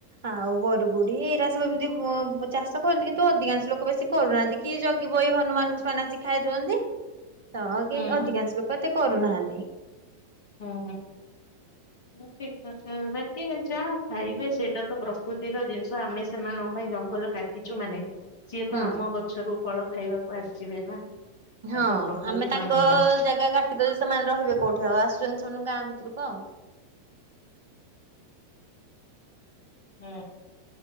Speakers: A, on the right (about 55°); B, on the left (about 50°).
A: ଆଉ ବରଗୁଡି ଏଇରା ସବୁ ଏମିତି ବୋ ଚାଷ କରନ୍ତି କିନ୍ତୁ ଅଧିକାଂଶ ଲୋକ ବେଶୀ କରୁନାହାନ୍ତି। କିଏ ଜଗିବ ଏଇ ହନୁମାନେ ଙ୍କୁ ସେମାନେ ଆସିିକ ଖାଇଦଉ ଛନ୍ତି। ତ ଆଉ
B: ହୁଁ
A: କେହି ଅଧିକାଂଶ ଲୋକ ଏତେ କରୁନାହାନ୍ତି।
B: ହଁ। ହ ଠିକ କଥା, ବାକି ଯାହା ଖାଇବେ ସେଇଟା ତ ପ୍ରକୃତିର ଜିନିଷ ଆମେ ସେମାନଙ୍କ ପାଇଁ ଜଙ୍ଗଲ କା ଟିଛୁ ମାନେ, ସିଏ ତ
A: ହୁଁ
B: ଆମ ଗଛରୁ ଫଳ ଖାଇବାକୁ ଆସିବେ ନା। ଏଟା
A: ହଁ
B: ତ ପ୍ରକୃତିର
A: ଆମେ ତାଙ୍କ
B: ନିୟମ
A: ଜାଗା କା ଟିଲେ ସେମାନେ ରହିବେ କୋଉଠି ଆଉ ଆସୁଛନ୍ତି ସେମାନେ ଗାଁ ଭିତରକୁ ଆଉ।
B: ହୁଁ।